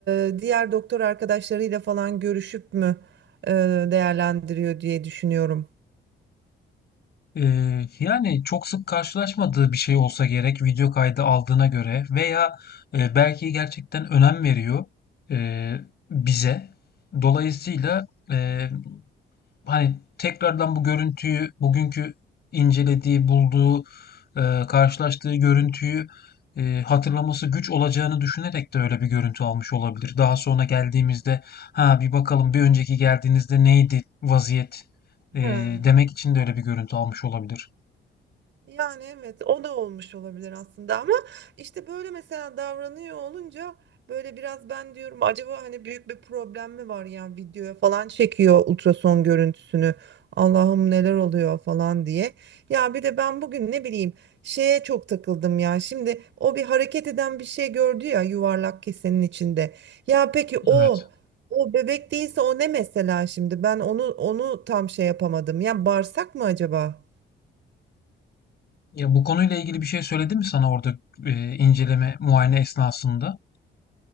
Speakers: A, on the right; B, on the left.
A: e, diğer doktor arkadaşlarıyla falan görüşüp mü e, değerlendiriyor diye düşünüyorum.
B: Ee, yani çok sık karşılaşmadığı bir şey olsa gerek video kaydı aldığına göre veya e, belki gerçekten önem veriyor e, bize. Dolayısıyla e, hani tekrardan bu görüntüyü bugünkü incelediği, bulduğu, e, karşılaştığı görüntüyü e, hatırlaması güç olacağını düşünerek de öyle bir görüntü almış olabilir. Daha sonra geldiğimizde ha bir bakalım bir önceki geldiğinizde neydi vaziyet e,
A: Ha.
B: demek için de öyle bir görüntü almış olabilir.
A: Yani evet o da olmuş olabilir aslında ama işte böyle mesela davranıyor olunca böyle biraz ben diyorum acaba hani büyük bir problem mi var ya videoya falan çekiyor ultrason görüntüsünü Allah'ım neler oluyor falan diye. Ya bir de ben bugün ne bileyim şeye çok takıldım ya şimdi o bir hareket eden bir şey gördü ya yuvarlak kesenin içinde. Ya peki o
B: Evet.
A: o bebek değilse o ne mesela şimdi ben onu onu tam şey yapamadım ya bağırsak mı acaba?
B: Ya bu konuyla ilgili bir şey söyledi mi sana orada e, inceleme, muayene esnasında?